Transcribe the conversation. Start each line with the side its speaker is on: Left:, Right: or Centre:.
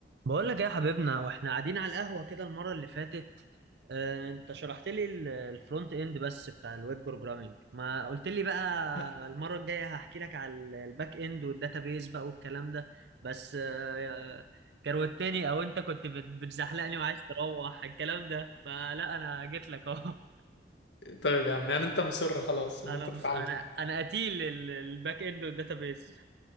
Right: بقول لك ايه يا حبيبنا واحنا قاعدين على القهوة كده المرة اللي فاتت آه، انت شرحت لي ال- الفرونت اند بس بتاع الويب بروجرامينج ما قلت لي بقى
Left: <laughs>
Right: المرة الجاية هحكي لك على ال- الباك اند والداتابيز بقى والكلام ده بس آه، كروتني او انت كنت بت- بتزحلقني وعايز تروح الكلام ده فلا انا جيت لك اهو
Left: طيب يا عم يعني انت مصر خلاص
Right: <laughs>
Left: ان
Right: انا
Left: انت
Right: بص
Left: تتعلم
Right: انا انا قتيل ال- الباك اند والداتابيز